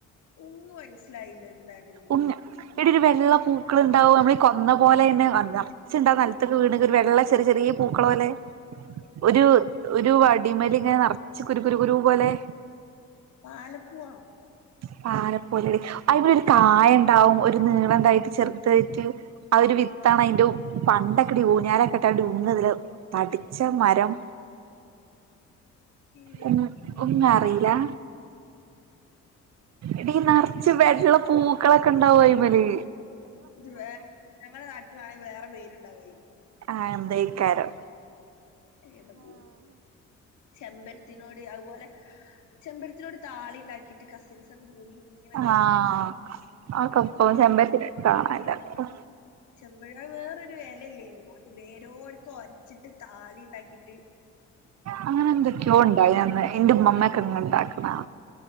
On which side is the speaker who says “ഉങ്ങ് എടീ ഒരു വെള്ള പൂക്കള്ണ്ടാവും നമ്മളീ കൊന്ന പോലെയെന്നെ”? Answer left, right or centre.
Right